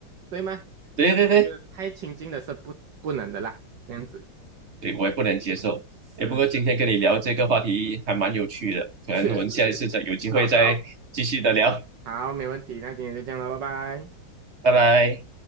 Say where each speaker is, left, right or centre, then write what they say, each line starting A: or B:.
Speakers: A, on the right (about 65°); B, on the right (about 40°).
A: 对吗？
B: 对对对，
A: 所以我觉得太亲近的是不不能的啦，这样子
B: 对我也不能接受。
A: 是是，
B: 哎，不过今天跟你聊这个话题还蛮有趣的，可能我们下一次再有机会再继续的聊，
A: 确实确实，好好好，没问题，那今天就这样了，拜拜。
B: 拜拜。